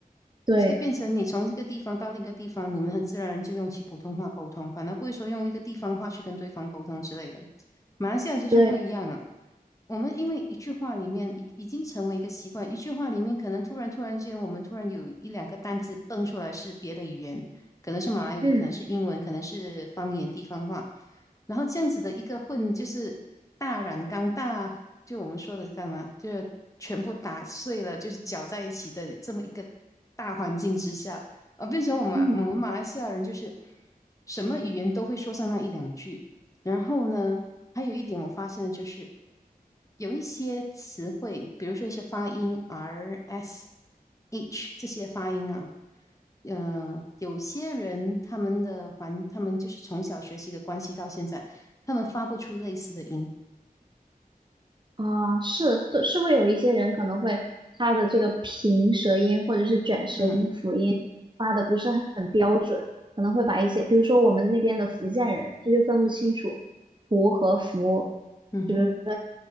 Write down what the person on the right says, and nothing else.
对
对，
嗯
嗯。
啊，是，对，是会有一些人可能会他的这个平舌音或者是卷舌音、
辅音发的不是很很标准，可能会把一些，比如说我们那边的福建人，他就分不清楚胡和福，
就是